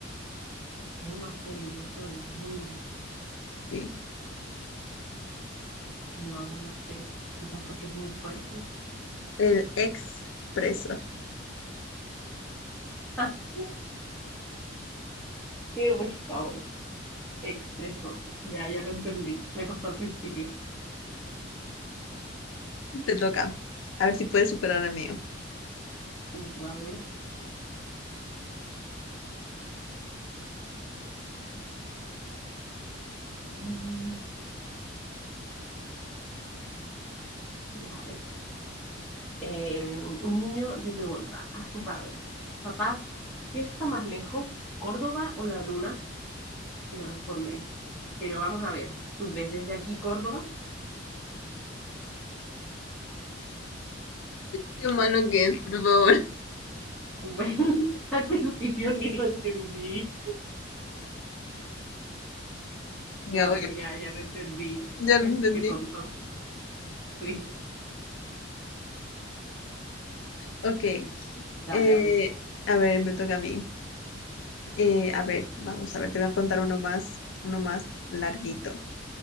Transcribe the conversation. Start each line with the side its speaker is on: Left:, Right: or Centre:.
Centre: Es más peligroso del mundo.
Left: Sí,
Centre: No, no sé. Quizás porque es muy fuerte.
Left: el expreso.
Centre: <laughs> Qué risa, bueno. Expreso. Ya, ya lo entendí. Me costó al principio.
Left: Te toca. A ver si puedes superar al mío.
Centre: Mm, A ver. eh, Ya, a ver. Eh, un niño le pregunta a su padre, papá, ¿qué está más lejos, Córdoba o la luna? Y le responde, pero vamos a ver, ¿tú ves desde aquí Córdoba?
Left: Qué malo que es, por favor.
Centre: Güey, <laughs> al principio ni lo entendí.
Left: Venga,
Centre: Ya,
Left: voy.
Centre: pero ya, ya lo entendí.
Left: Ya
Centre: Qué,
Left: lo entendí.
Centre: qué tonto. Sí,
Left: Ok.
Centre: dale,
Left: eh,
Centre: a ver.
Left: a ver, me toca a mí. Eh, a ver, vamos a ver, te voy a contar uno más, uno más larguito.